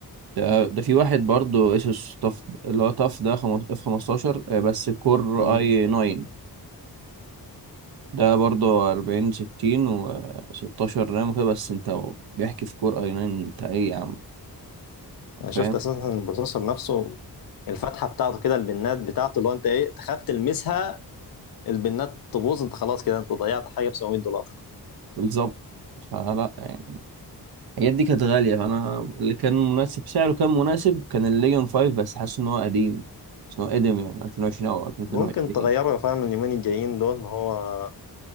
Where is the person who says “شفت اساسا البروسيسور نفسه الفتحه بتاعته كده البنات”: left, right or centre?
Left